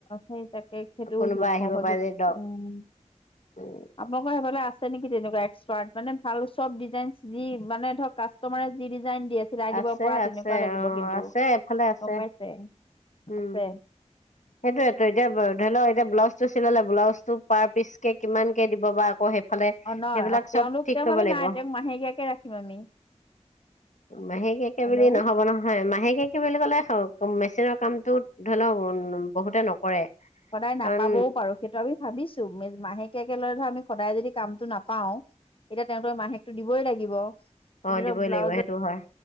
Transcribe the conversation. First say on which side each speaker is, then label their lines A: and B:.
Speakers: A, on the left; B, on the left.
A: সেই তাকে সেইটো
B: কোনোবা আহিব
A: সহযোগ
B: পাৰে যদি দক
A: উম
B: উম,
A: আপোনালোকৰ এবাৰ <unintelligible> আছে নেকি তেনেকুৱা মানে ভাল চব ডিজাইন যি মানে ধৰ কাষ্টমাৰ <unintelligible> ডিজাই দিয়ে চিলাই
B: আছে
A: দিব পৰা
B: আছে
A: তেনেকুৱা লাগিব
B: অ
A: কিন্তু
B: আছে এফালে আছে
A: গম পাইছে <unintelligible>
B: উম
A: আপৰে <unintelligible>
B: সেইটোয়েতো এতিয়া ধৰি লও এতিয়া ব্লাউজটো চিলালে ব্লাউজ টো পাৰ পিচ কে কিমান কে দিব বা আকৌ <unintelligible> ফালে
A: অ নহয়
B: সেইবিলাক
A: অ তেওঁলোক
B: চব ঠিক
A: তেওঁক
B: কৰিব
A: আমি
B: লাগিব
A: নাই তেওঁক মাহেকীয়াকে ৰাখিম আমি
B: মাহেককে
A: হ'লেও
B: বুলি নহব নহয় মাহেককে বুলি কলে হওক <unintelligible> মেচিনৰ কামতো ধৰি লওক উ বহুতে নকৰে
A: সদায় নাপাবও
B: কাৰণ
A: পাৰো সেইটো আমি ভাবিছো মাহেক াকে লৈ ধৰ আমি সদায় যদি কামতটো নাপাও এতিয়া তেওঁতৰ মাহেকটো দিবই লাগিব <unintelligible>
B: অ
A: কিন্তু
B: দিবই
A: ধৰক ব্লাউজত
B: লাগিব সেইটো হয়